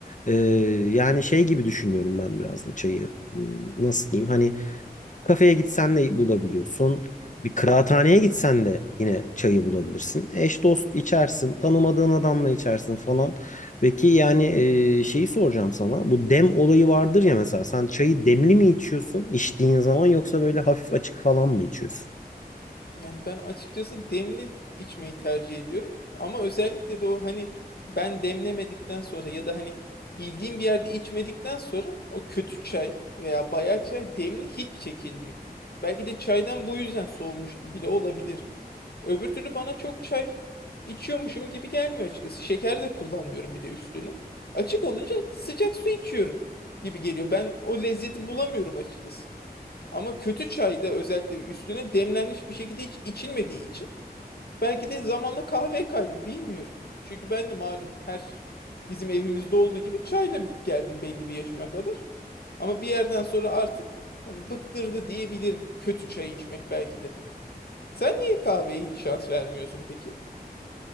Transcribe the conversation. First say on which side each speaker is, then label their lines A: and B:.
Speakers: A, on the left; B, on the left.
A: e, yani şey gibi düşünüyorum ben biraz da çayı. Hmm, Nasıl diyeyim? Hani kafeye gitsen de bulabiliyorsun. Bir kıraathaneye gitsen de yine çayı bulabilirsin. Eş dost içersin. Tanımadığın adamla içersin falan. Peki yani e, şeyi soracağım sana. Bu dem olayı vardır ya mesela. Sen çayı demli mi içiyorsun içtiğin zaman yoksa böyle hafif açık falan mı içiyorsun?
B: Yani ben açıkçası demli içmeyi tercih ediyorum. Ama özellikle de o hani ben demlemedikten sonra ya da hani bildiğim bir yerde içmedikten sonra o kötü çay veya bayağı çay demli hiç çekilmiyor. Belki de çaydan bu yüzden soğumuş bile olabilirim. Öbür türlü bana çok çay içiyormuşum gibi gelmiyor açıkçası. Şeker de kullanmıyorum bir de üstüne. Açık olunca sıcak su içiyorum gibi geliyor. Ben o lezzeti bulamıyorum açıkçası. Ama kötü çayda özellikle üstüne demlenmiş bir şekilde hiç içilmediği için belki de zamanla kahveye kaydım bilmiyorum. Çünkü ben de malum her bizim evimizde olduğu gibi çayla geldim belli bir yaşıma kadar. Ama bir yerden sonra artık hani bıktırdı diyebilirim kötü çay içmek belki de. Sen niye kahveye hiç şans vermiyorsun peki?